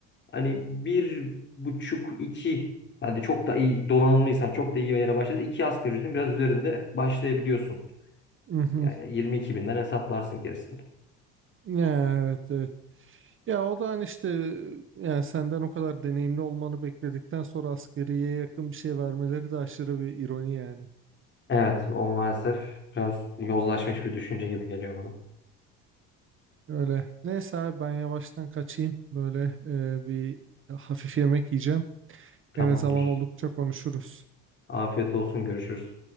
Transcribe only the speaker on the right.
mhm.
Evet, evet. Ya o da hani işte yani senden o kadar deneyimli olmanı bekledikten sonra askeriyeye yakın bir şey vermeleri de aşırı bir ironi yani.
Öyle. Neyse abi ben yavaştan kaçayım. Böyle e, bir hafif yemek yiyeceğim.
Gene zaman oldukça konuşuruz.